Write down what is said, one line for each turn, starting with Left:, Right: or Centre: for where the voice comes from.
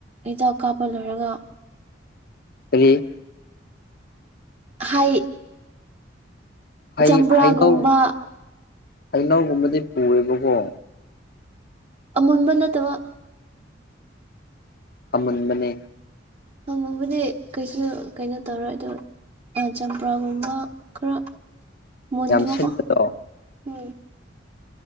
Right: ꯍꯤꯗꯥꯛ ꯀꯥꯞꯄ ꯂꯣꯏꯔꯒ
Left: ꯇꯔꯤ
Right: ꯍꯥꯏ
Left: ꯍꯩ
Right: ꯆꯝꯄ꯭ꯔꯥꯒꯨꯝꯕ
Left: ꯍꯩꯅꯧ ꯍꯩꯅꯧꯒꯨꯝꯕꯗꯤ ꯄꯨꯑꯦꯕꯀꯣ
Right: ꯃꯟꯕꯟꯅꯠꯇꯕ
Left: ꯑꯃꯨꯟꯕꯅꯤ
Right: ꯃꯕꯨꯗꯤ ꯀꯩꯁꯨ ꯀꯩꯅꯣ ꯇꯧꯔꯣꯏ ꯑꯗꯣ ꯑ ꯆꯝꯄ꯭ꯔꯥꯒꯨꯝꯕ ꯈꯔ ꯃꯟꯖꯕ
Left: ꯌꯥꯝ ꯁꯤꯟꯕꯗꯣ
Right: ꯀ